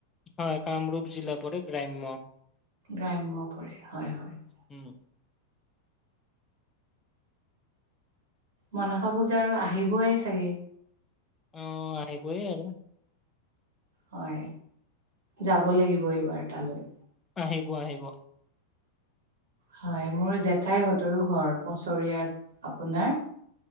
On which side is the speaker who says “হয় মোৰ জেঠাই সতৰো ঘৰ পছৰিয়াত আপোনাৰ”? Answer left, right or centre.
Right